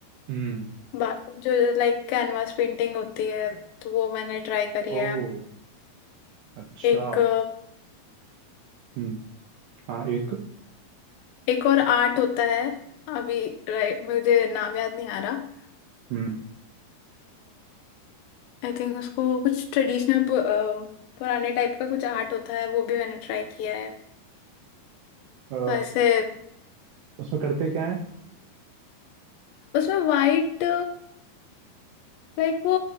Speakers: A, on the right; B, on the left.
A: हम्म
B: बाकी जो लाइक कैनवास पेंटिंग होती है तो वो मैंने ट्राई करी
A: ओ
B: है
A: अच्छा
B: एक अ,
A: हम्म हाँ एक
B: एक और आर्ट होता है अभी right, मुझे नाम याद नहीं आ रहा
A: हम्म
B: आई थिंक उसको कुछ ट्रेडिशनल पुराने टाइप का कुछ आर्ट होता है वो भी मैंने ट्राई किया है
A: अ,
B: तो ऐसे
A: उसमें करते क्या है
B: उसमें वाइट लाइक वो